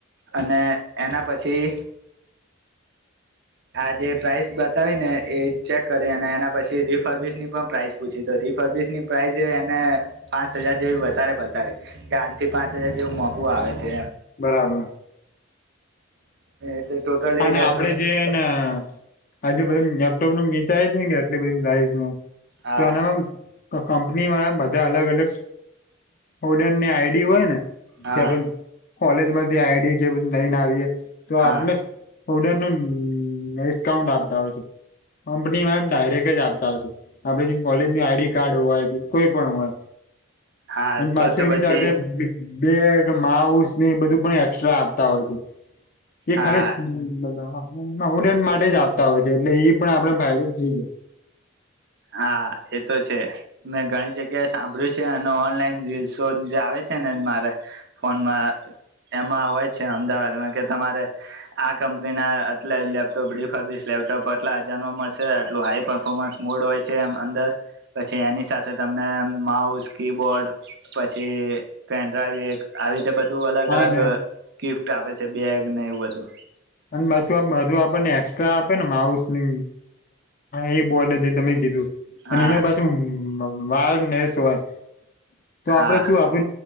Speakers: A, on the right; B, on the left.
A: અને એના પછી આ જે પ્રાઇસ બતાવી ને એ ચેક કરી અને એના પછી રિફર્નિશ ની પણ પ્રાઇસ પૂછી તો <unintelligible> પ્રાઇસ એને પાંચ હજાર જેવી વધારે બતાવી કે આજ થી પાંચ હજાર જેવું મોઘું આવે છે.
B: બરાબર.
A: <inaudible>
B: અને
A: લેપટોપ
B: આપડે જે ને આજે બધા <unintelligible> એટલી બધી પ્રાઇસ નું
A: હા
B: તો આનામાં કંપની વાલા બધા અલગ-અલગ ઓડરની આઈડી હોય ને
A: હા
B: કે આપ કોલેજ માંથી આઈડી કેધ નઈને આવીએ તો
A: હા
B: આપણે ઓડર નો ડિસ્કાઉન્ટ આપતા હોય છે. કંપનીમાં ડાયરેક્ટ જ આપતા હશે આપડે જે કોલેજ ન આઈડી કાર્ડ હોય કોઈ પણ હોય.
A: હા
B: અને
A: તો
B: પાછુ
A: તો
B: એની
A: પછી
B: સાથે બેગ માઉસ ને એ બધું પણ એક્સ્ટ્રા આપતા હોય છે એ
A: હા
B: ખાલી હમ્મ બધા ઓડર માટે જ આપતા હોય છે, એટલે ઈ પણ આપડે ફાયદન થઈ જાય.
A: હા એતો છે મેં ઘણી જગ્યાએ સાંભળ્યું છે અને ઓનલાઈન રીલસો જે આવે છે ને મારે ફોનમાં એમાં હોય છે અમદાવાદમાં કે તમારે આ કંપનીના આટલા લેપટોપ રિપબલીસ લેપટોપ આટલા હજારમાં મળશે આટલું હાઈ પરફોર્મન્સ મોડ હોય છે એમ અંદર પછી એની સાથે તમને માઉસ કીબોર્ડ પછી પેન્ડ્રાઈવ એક આવી રીતે બધું અલગ-
B: હા
A: અલગ
B: ને
A: ગિફ્ટ આપે છે બેગ ને એવું બધું
B: અને પાછું આ બધું આપણને એસ્ટ્રા આપે ને માઉસ એ કિબોડ જે તમે કીધું અને
A: હા
B: એમાં પાછું <unintelligible> હોય તો
A: હા
B: આપડે શું આપે